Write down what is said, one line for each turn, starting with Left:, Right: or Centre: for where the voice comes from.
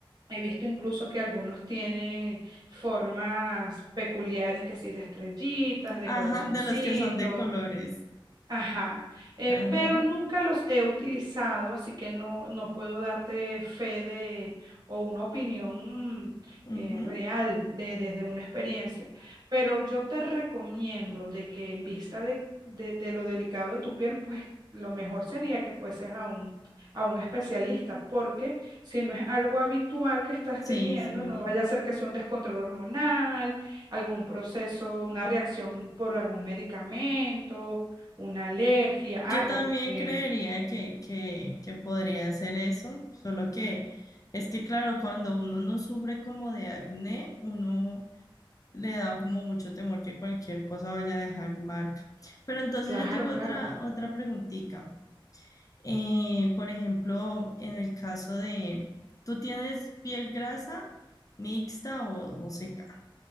Right: he visto incluso que algunos tienen formas peculiares que sí de estrellitas, de
Left: Ajá,
Right: corazoncitos.
Left: de los que son de colores.
Right: Ajá, eh,
Left: Ajá.
Right: pero nunca los he utilizado, así que no, no puedo darte fe de o una opinión
Left: ujú.
Right: eh, real de, desde una experiencia. Pero yo te recomiendo de que en vista de, de- de lo delicado de tu piel, pues lo mejor sería que fueses a un, a un especialista, porque si no es algo habitual que estás
Left: Sí,
Right: teniendo,
Left: sí.
Right: no vaya a ser que sea un descontrol hormonal, algún proceso, una reacción por algún medicamento una alergia, algo,
Left: Yo también
Right: porque,
Left: creería que, que, que podría ser eso, solo que es que claro, cuando uno no sufre como de acné, uno le da como mucho temor que cualquier cosa vaya a dejar marca. Pero entonces
Right: claro,
Left: yo tengo
Right: claro.
Left: otra, otra preguntita. Eh, por ejemplo, en el caso de, ¿tú tienes piel grasa mixta o, o seca?